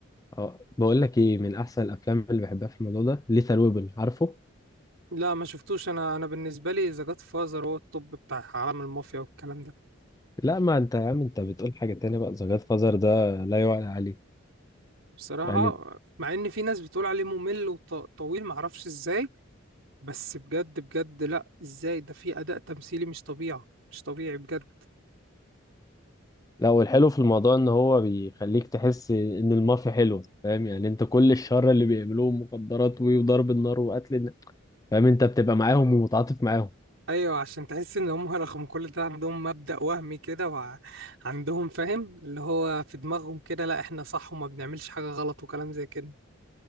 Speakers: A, on the left; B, on the right.
A: اه بقول لك ايه من احسن الافلام اللي بحبها في الموضوع ده ليثال ويبن عارفه
B: لا ما شفتوش انا انا بالنسبة لي ذا جاد فازر هو التوب بتاع عالم المافيا والكلام ده
A: لا ما انت يا عم انت بتقول حاجة تانية بقى ذا جاد فازر ده لا يعلى عليه
B: بصراحة
A: يعني
B: مع ان في ناس بتقول عليه ممل وطويل معرفش ازاي بس بجد بجد لا ازاي ده في اداء تمثيلي مش طبيعي مش طبيعي بجد
A: لا والحلو في الموضوع ان هو بيخليك تحس ان المافيا حلوه فاهم يعني انت كل الشر اللي بيعملوه مخدرات و- وضرب النار وقتل الناس فاهم انت بتبقى معاهم ومتعاطف معاهم
B: ايوه عشان تحس ان هم <laughs> رغم كل ده عندهم مبدأ وهمي كده وعندهم فاهم اللي هو في دماغهم كده لا احنا صح وما بنعملش حاجة غلط وكلام زي كده